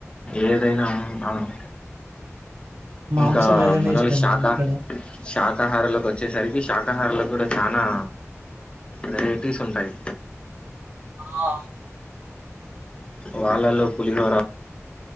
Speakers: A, on the left (about 20°); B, on the right (about 55°).
A: ఏదైనా అవును
B: మాంసం
A: ఇంకా
B: ఏదైనా
A: మనోళ్ళు
B: ఇష్టమే
A: శాకాహ
B: ఇక్కడ
A: శాకాహారాలలకు వచ్చేసరికి శాకాహారాల కూడా చానా వెరిటీస్ ఉంటాయి
B: ఆ
A: వాళ్ళలో పులిహోర